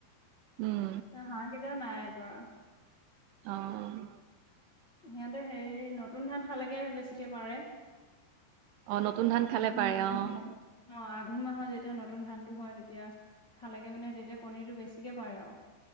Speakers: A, on the right (about 80°); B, on the left (about 40°).
A: উম।
B: হাঁহকেইটা নাই পৰা।
A: অ'।
B: সিহঁতে হেৰি নতুন ধান খালেগে হে বেছিকে পাৰে।
A: অ', নতুন ধান খালে
B: আঘোণ
A: পাৰে
B: মাহত
A: অ',
B: <inaudible> অ' আঘোণ মাহৰ তেতিয়া নতুন ধানটো হয় তেতিয়া খালেগে মানে তেতিয়া কণীটো বেছিকে পাৰে আৰু।